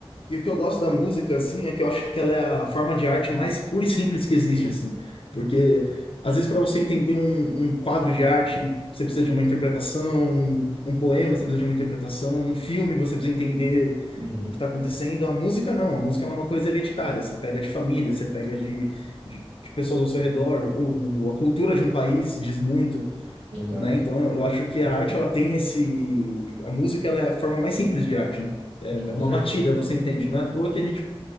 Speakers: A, on the left; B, on the right.
A: E o que eu gosto da música, assim, é que eu acho que ela é a forma de arte mais pura e simples que existe, assim. Porque, às vezes, para você entender um, um quadro de arte, você precisa de uma interpretação, um, um poema, você precisa de uma interpretação, um filme, você precisa entender
B: Uhum,
A: o que está acontecendo. A música, não. A música ela é uma coisa hereditária. Você pega de família, você pega de, de, de pessoas ao seu redor. O, a cultura de um país diz muito
B: exato.
A: né? Então, eu acho que a arte ela tem esse, a música ela é a forma mais simples de arte, né? É
B: Com
A: né, uma
B: certeza.
A: batida, você entende? Não é à toa que a gente